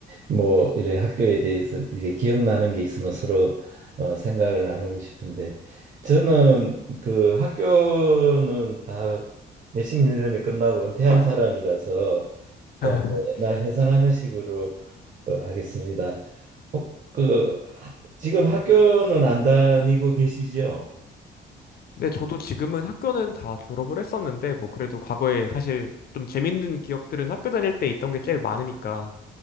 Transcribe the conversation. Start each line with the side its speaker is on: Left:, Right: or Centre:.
Right: 뭐 이런 학교에 대해서 이게 기억나는 게 있으면 서로 어, 생각을 나누고 싶은데 저는 그 학교는 다 몇십 년 전에 끝나고 은퇴한 사람이라서 어,
Left: <laughs>
Right: 옛날 회상하는 식으로 어, 하겠습니다. 어, 그 하- 지금 학교는 안 다니고 계시죠?
Left: 네, 저도 지금은 학교는 다 졸업을 했었는데, 뭐, 그래도 과거에 사실 좀 재밌는 기억들은 학교 다닐 때 있던 게 제일 많으니까